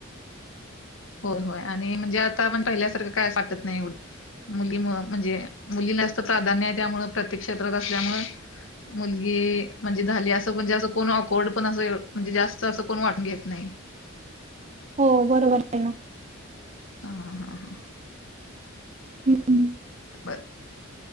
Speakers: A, on the left; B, on the right.
A: होय होय आणि म्हणजे आता आपण पहिल्यासारखं काय वाटत नाही एवढं. मुलीमु म्हणजे मुली जास्त प्राधान्य आहे त्यामु प्रत्येक क्षेत्रात असल्यामुळे मुलगी म्हणजे झाली असं पणजे असं कोण अकवर्ड पण अस म्हणजे जास्त असं कोण वाटून घेत नाही.
B: हो बरोबर हाय ना.
A: हा हा हा.
B: हम्म.
A: बरं.